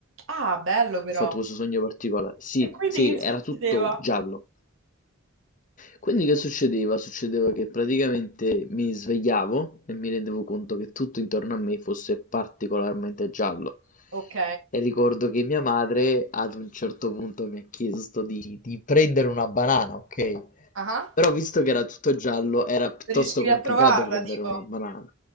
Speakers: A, on the right (about 75°); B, on the left (about 40°).
A: Ah, bello però.
B: Ho fatto questo sogno particolare. Sì,
A: E quindi
B: sì,
A: che
B: era
A: succedeva?
B: tutto giallo. Quindi che succedeva? Succedeva che praticamente mi svegliavo e mi rendevo conto che tutto intorno a me fosse particolarmente giallo.
A: Ok.
B: E ricordo che mia madre ad un certo punto mi ha chiesto di, di prendere una banana, ok?
A: Ah,
B: Però visto che era tutto giallo era piuttosto
A: riuscivi
B: complicato
A: a trovarla,
B: prendere
A: tipo?
B: una banana.